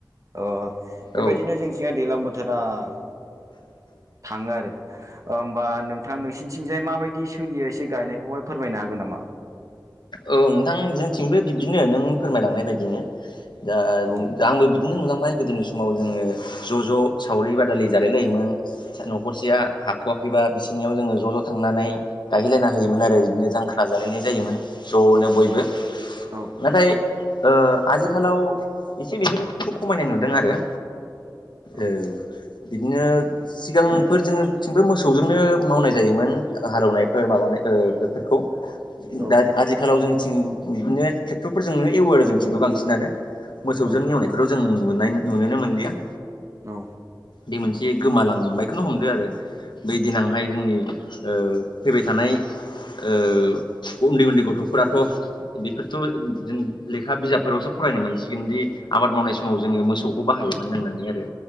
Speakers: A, on the right (about 45°); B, on the left (about 80°).
A: अ बेबायदिनो
B: औ औ
A: जोंनिथिंहाय दैलां बोथ <unintelligible> थाङो आरो ओमबा नोंथां नोंसिनिथिंजाय माबायदि दि सोलियो एसे गायनायखौहाय फोरमायनो हागोन नामा?
B: औ नोंथां जोंथिंबो बिबदिनो नों फोरमायलांनाय बायदिनो दा
A: औ
B: दा आंबो बिदिनो नुलांबाय गोदोनि समाव जोङो ज' ज' सावरि बादालि जालाय लायोमोन। न'खरसेया हाख'वाखैबा बिसोरनियाव जोङो ज' ज' थांनानै गायहैलायना होयोमोन आरो बिदिनो। जांख्रा जालायनाय जायोमोन ज'नो बयबो।
A: औ
B: नाथाय ओ आजिखालाव एसे बेफोरखौ खमायनाय नुदों आरो।
A: <inaudible>
B: औ बिदिनो सिगांफोर जोङोथिंबो मोसौजोंनो मावनाय जायोमोन हालेवनायफोर माबानाय ओ बेफोर खौ
A: औ
B: दा आथिखालाव जों दिन बिदिनो ट्रेक्टर फोरजोंनो एवो आरो जोंथिंबो बांसिनानो मोसौजों
A: औ
B: एवनाय खौथ' जों नुनाय नुनोनो मोनलिया।
A: औ।
B: बे मोनसे गोमालांबायखौनो हमदो आरो बै दिनावहाय
A: औ
B: जोंनि ओ फैबाय थानाय ओ उन्दै उन्दै गथ'फोराथ' बेफोरथ' जों लेखा बिजाबफोरावसो फरायनो मोनसिगोनदि आबाद मावनाय समाव जोङो मोसौ खौ बाहायोमोन होननानै आरो।